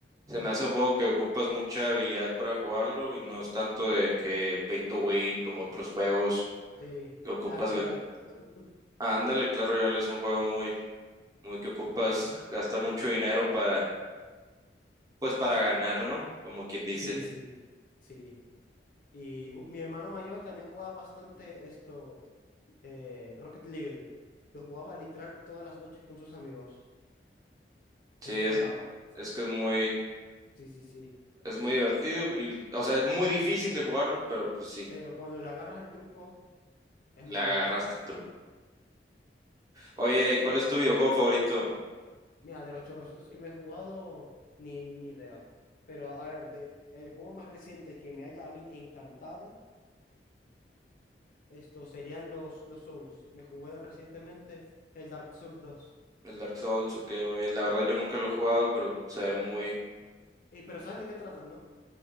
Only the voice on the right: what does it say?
se me hace un juego que ocupas mucha habilidad para jugarlo y no es tanto de que pay to win como otros juegos
que ocupas.
g-
Ándale, Clash Royale es un juego muy, muy que ocupas gastar mucho dinero para, pues para ganar, ¿no? Como quien dice.
Sí,
es,
es que es muy,
es muy divertido y, o sea, es muy difícil de jugarlo, pero pues sí.
Le agarraste
el truco. Oye, ¿cuál es tu videojuego favorito?
El Dark Souls, ok, muy bien. La verdad yo nunca lo he jugado, pero se ve muy...